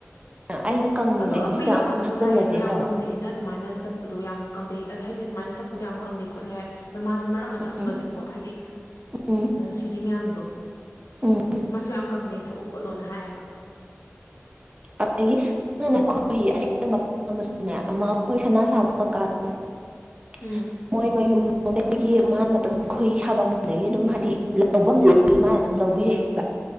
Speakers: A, on the right; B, on the left.
A: ꯑꯩꯗꯣ ꯀꯪꯉꯤꯉꯩꯁꯤꯗ
B: ꯑꯗꯣ ꯑꯩꯈꯣꯏ ꯏꯅꯥꯎꯄꯥꯅꯁꯨ
A: ꯑꯃꯨꯛ ꯊꯛꯆꯜꯂꯗꯤꯅ
B: ꯍꯥꯏꯌꯦꯕ ꯌꯥꯝ
A: ꯇꯧꯕ
B: ꯀꯪꯗꯩ ꯌꯦꯅ ꯑꯗꯨꯃꯥꯏꯅ ꯆꯠꯄ ꯄꯗꯣ ꯌꯥꯝ ꯀꯪꯗꯩ ꯍꯥꯏꯗꯤ ꯑꯗꯨꯃꯥꯏꯅ ꯊꯛꯄꯗꯣ ꯌꯥꯝ ꯀꯪꯗꯩ ꯈꯣꯠꯂꯦ ꯍꯥꯏ ꯑꯗꯣ ꯃꯥꯁꯨ ꯃꯔꯛ ꯑꯃ ꯊꯛꯑꯝꯕꯒꯤꯀꯣ
A: ꯎꯝ
B: ꯍꯥꯏꯗꯤ
A: ꯎꯝ
B: ꯁ꯭ꯋꯇꯤ ꯃꯌꯥꯝꯕꯗꯣ
A: ꯎꯝ
B: ꯃꯁꯨ ꯌꯥꯝ ꯀꯪꯗꯩ ꯊꯛꯎ ꯈꯣꯠꯂꯣꯅ ꯍꯥꯏꯌꯦꯕ
A: ꯑꯗꯒꯤꯅꯦ ꯈꯣꯏꯍꯤ ꯑꯁꯦꯡ ꯑꯃꯁꯨꯅꯦ ꯑꯃ ꯑꯩꯈꯣꯏ ꯁꯅꯥ ꯁꯥꯕ ꯀꯀꯥ <unintelligible>
B: ꯎꯝ
A: ꯃꯣꯏ ꯃꯌꯨꯝ ꯗꯒꯤ ꯃꯥꯅ ꯑꯗꯨꯝ ꯈꯣꯏꯍꯤ ꯁꯥꯐꯝꯗꯒꯤ ꯑꯗꯨꯝ ꯍꯥꯏꯗꯤ ꯂꯧꯐꯝꯗꯨꯗꯒꯤ ꯃꯥꯅ ꯑꯗꯨꯝ ꯂꯧꯕꯤꯔꯛꯑꯦꯕ